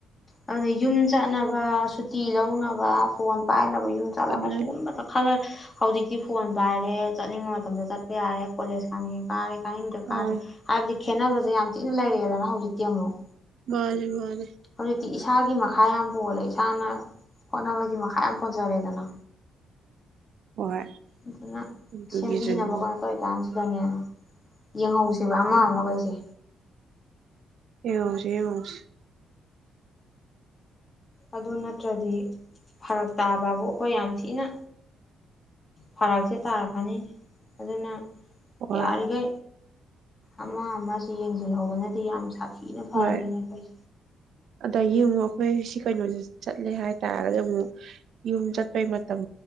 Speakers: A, on the left; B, on the right.
A: ꯑꯗꯨꯅ ꯌꯨꯝ ꯆꯠꯅꯕ ꯁꯨꯇꯤ ꯂꯧꯅꯕ ꯐꯣꯟ ꯄꯥꯏꯅꯕ ꯌꯨꯝ ꯆꯠꯂꯒ
B: ꯑꯗꯨꯅꯤ
A: ꯁꯤꯒꯨꯝꯕꯗ ꯈꯜꯂ ꯍꯧꯖꯤꯛ ꯤ ꯐꯣꯟ ꯄꯥꯏꯔꯦ ꯆꯠꯅꯤꯡꯕ ꯃꯇꯝꯗ ꯆꯠꯄ ꯌꯥꯔꯦ ꯀꯣꯂꯦꯖ ꯈꯥꯡꯅꯤꯡꯉꯦ ꯀꯥꯔꯦ ꯇꯗ
B: ꯃꯥꯅꯦ
A: ꯀꯥꯔ ꯍꯥꯏꯕꯗꯤ ꯈꯦꯠꯅꯕꯁꯦ ꯌꯥꯝ ꯊꯤꯅ ꯂꯩꯔꯛꯑꯦꯗꯅ ꯍꯧꯖꯤꯛꯇꯤ ꯑꯃꯨꯛ
B: ꯃꯥꯦ ꯃꯥꯦ
A: ꯍꯧꯖꯤꯛꯇꯤ ꯏꯁꯥꯒꯤ ꯃꯈꯥ ꯌꯥꯝ ꯄꯣꯜꯂꯦ ꯏꯁꯥꯅ ꯍꯣꯠꯅꯕꯒꯤ ꯃꯈꯥ ꯌꯥꯝ ꯄꯣꯟꯖꯔꯦꯗꯅ
B: ꯍꯣꯏ
A: ꯑꯗꯨꯅ
B: ꯑꯗꯨꯒꯤꯁꯨꯅꯤ
A: ꯁꯦꯝꯕꯤꯅꯕꯀꯣꯅ ꯇꯧꯀꯥꯟꯁꯤ ꯁꯤꯕꯥꯅꯦ ꯌꯦꯡ ꯁꯤꯕ ꯑꯃꯃ ꯑꯃꯃ ꯀꯩꯁ
B: ꯑꯣꯁ
A: ꯑꯗꯨ ꯅꯠꯇ꯭ꯔꯗꯤ ꯐꯔꯛ ꯇꯥꯕꯕꯨ ꯑꯩꯈꯣꯏ ꯌꯥꯝ ꯊꯤꯅ ꯐꯔꯛꯁꯦ ꯇꯥꯔꯛꯀꯅꯤ ꯑꯗꯨꯅ
B: ꯍꯣꯏ
A: ꯌꯥꯔꯒ ꯑꯃ ꯑꯃꯁꯨ ꯌꯦꯡꯁꯤꯜꯍꯧꯕꯅꯗꯤ ꯌꯥꯝ ꯁꯥꯐꯤ ꯊꯤꯅ ꯐꯗꯣꯏꯅꯦ
B: ꯍꯣꯏ
A: ꯑꯩꯈꯣꯏ
B: ꯑꯗꯒꯤ ꯌꯦꯡ ꯑꯃꯨꯛ ꯑꯩꯈꯣꯏ ꯁꯤ ꯀꯩꯅꯣꯁꯤ ꯆꯠꯂꯦ ꯍꯥꯏꯇꯥꯔꯒꯗꯤ ꯑꯃꯨꯛ ꯌꯨꯝ ꯆꯠꯄꯩ ꯃꯇꯝ